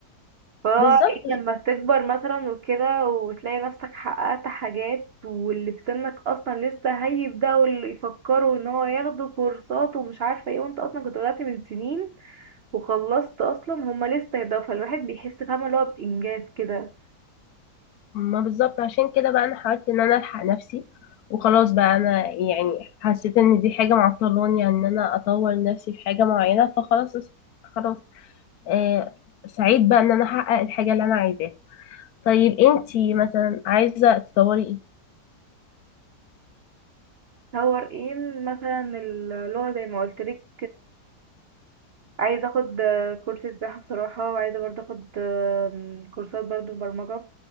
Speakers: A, on the left; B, on the right.
A: <laughs>
B: فهو
A: بالظبط
B: ايه لما تكبر مثلا وكده وتلاقي نفسك حققت حاجات واللي في سنك اصلا لسه هيبدأوا اللي يفكروا ان هو ياخدوا كورسات ومش عارفة ايه وانت اصلا كنت بدأت من سنين وخلصت اصلا هما لسه يبدأوا فالواحد بيحس فاهمة اللي هو بإنجاز كده
A: ما بالظبط عشان كده بقى انا حاولت ان انا الحق نفسي وخلاص بقى انا يعني حسيت ان دي حاجه معطلاني عن ان انا اطور نفسي في حاجه معينه فخلاص خلاص آه سعيد بقى ان انا احقق الحاجه اللي انا عايزاها طيب انتي مثلا عايزه تطوري ايه
B: هو ايه مثلا اللغة زي ما قلتلك عايزه اخد آه، كورس سباحه بصراحه وعايزه برضو اخد آه، كورسات برضو برمجه